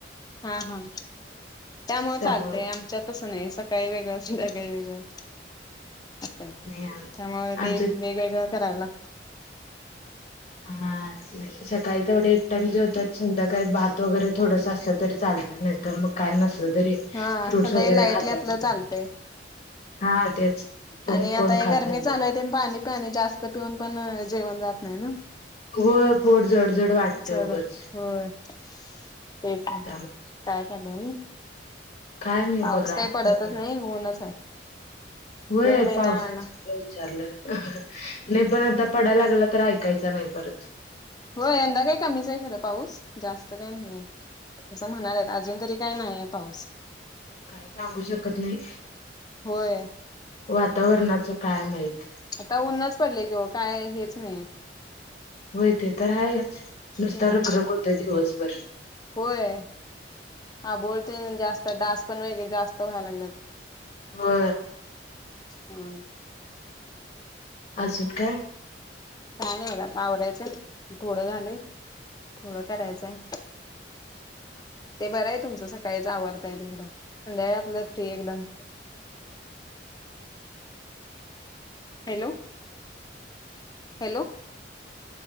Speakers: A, on the left; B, on the left.
A: हा हा त्यामुळे
B: त्यामुळं
A: चालतंय आमचं त्याच्यातस नाही असं काही वेगळं सध्या काही वेगळं त्यामुळे
B: नाही
A: ते
B: आमच्यात
A: वेगवेगळं करावं लागत
B: हा सकाळी तेवढा एक टाईम जेवतात संध्याकाळी भात वगैरे आसल तरी चालते तर मग काय नसलं जरी
A: हा
B: फ्रूट्स
A: संध्याकाळी
B: वगैरे
A: लाईटली
B: खातात
A: आपलं चालतंय.
B: हा तेच तुम
A: आणि आता
B: कोण
A: हे
B: खात
A: गरमी
B: नाही
A: चालू आहे ते पाणी पणे जास्त पिऊन पण जेवण जात नाही ना
B: हो पोट जडझड वाटते
A: जड
B: उगच
A: होतंय होय तेच
B: त्यामुळे
A: काय झालं मी
B: काय नाही
A: पाऊस
B: बघा
A: काही पडतच
B: निवांत.
A: नाही ऊनच आहे
B: होय
A: जून महिना
B: पावसाच
A: आला
B: विचारलं नाही पण आता पडायला लागला तर ऐकायच नाही परत
A: हो यंदा काही कमीच आहे खरं पाऊस जास्त काही नाही आहे असं म्हणालाय अजून तरी काय नाही आहे पाऊस
B: काय सांगू शकत नाही
A: होय
B: वातावरणाचं काय माहित
A: आता ननच पडले किं काय हेच नाही
B: होय ते तर आहेच नुसता
A: हम्म
B: रखरख होत दिवसभर
A: होय हा बोलते जास्त डास पण वेगळे जास्त व्हायला लागलेत
B: हो
A: हा
B: अजून काय
A: का नाही होला पावरायच थोडं झाले थोडं करायचंय ते बरं आहे तुमचं सकाळीच आवडता येईल एकदा संध्याकाळ आपल्याला फ्री एकदम हॅलो हॅलो